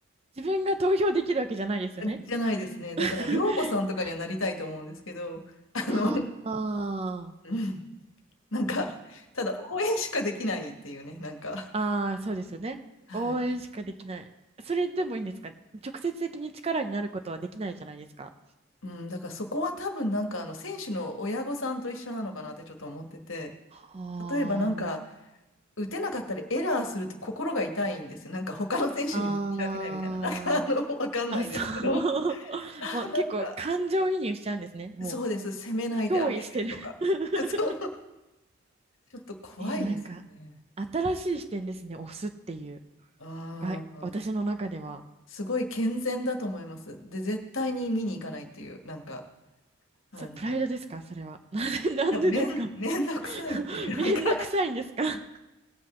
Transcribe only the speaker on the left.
じゃないですね。
だから、寮母さんとかにはなりたいと思うんですけど、あの、
うん、なんか、ただ応援しかできないっていうね、なんか、
はい。
うん、だからそこは多分なんか、あの、選手の親御さんと一緒なのかなってちょっと思ってて、
例えばなんか、打てなかったりエラーすると心が痛いんですよ。なんか他の選手に申し訳ないみたいな、
なんか、あの、
わかんないですけど、
あなんか、
そうです、攻めないであげてとか、
そう、ちょっと怖いですよね。
ああ。
すごい健全だと思います。で、絶対に見に行かないっていう、なんか、あの、
いや、めん、<laughs> めんどくさいっていう、
なんか、